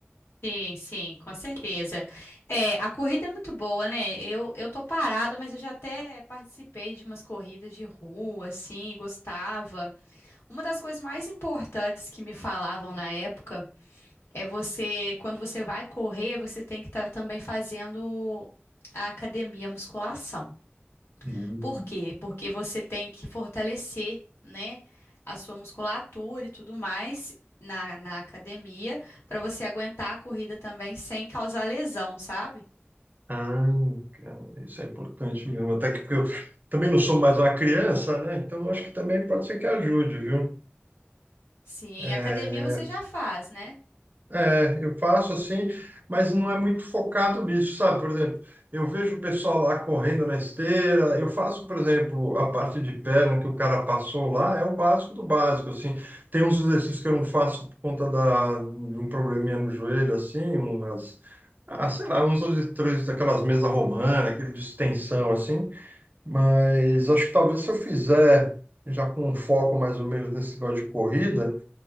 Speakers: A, on the left; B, on the right.
A: Sim, sim, com certeza. É, a corrida é muito boa, né? Eu, eu tô parada, mas eu já até participei de umas corridas de rua, assim, gostava. Uma das coisas mais importantes que me falavam na época é você, quando você vai correr, você tem que estar também fazendo a academia, a musculação.
B: Hum.
A: Por quê? Porque você tem que fortalecer, né, a sua musculatura e tudo mais na, na academia para você aguentar a corrida também sem causar lesão, sabe?
B: Ah, cara, isso é importante mesmo. Até que porque eu também não sou mais uma criança, né? Então eu acho que também pode ser que ajude, viu?
A: Sim,
B: É,
A: academia você já faz, né?
B: é, eu faço assim, mas não é muito focado nisso, sabe? Por exemplo, eu vejo o pessoal lá correndo na esteira. Eu faço, por exemplo, a parte de perna que o cara passou lá, é o básico do básico, assim. Tem uns exercícios que eu não faço por conta da, de um probleminha no joelho, assim, umas. Ah, sei lá, uns dois, três daquelas mesas romanas, aquele de extensão, assim. Mas acho que talvez se eu fizer já com um foco mais ou menos nesse negócio de corrida,